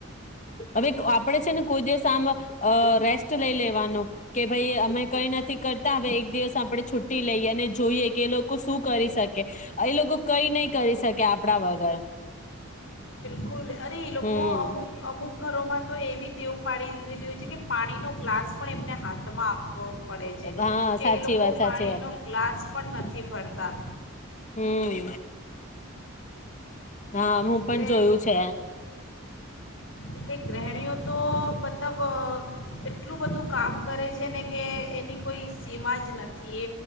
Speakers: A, on the left (about 35°); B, on the left (about 65°).
A: હવે ક આપડે છે ને કોઈ દિવસ આમ અ રેસ્ટ લઈ લેવાનું કે ભઈ અમે કઈ નથી કરતા હવે એક દિવસ આપણે છુટ્ટી લઈએ અને જોઈએ કે એ લોકો શું કરી શકે એ લોકો કઈ નહી કરી શકે આપણા વગર.
B: બિલકુલ અરે એ લોકો
A: હમ
B: અમુક-અમુક ઘરોમાં તો એવી તેવું પાડી દીધેલીું હોય છે કે પાણીનો ગ્લાસ પણ એમને હાથમાં આપવો પડે છે.
A: હા
B: કે
A: સાચી
B: એ લોકો
A: વાત સાચી
B: પાણીનો
A: વાત
B: ગ્લાસ પણ નથી ભરતા.
A: હમ્મ. હા હું
B: એટલે
A: પણ જોયું છે.
B: એટલે ગ્રહણીઓ તો મતલબ અહ એટલું બધું કામ કરે છે ને કે એની કોઈ સીમા જ નથ થી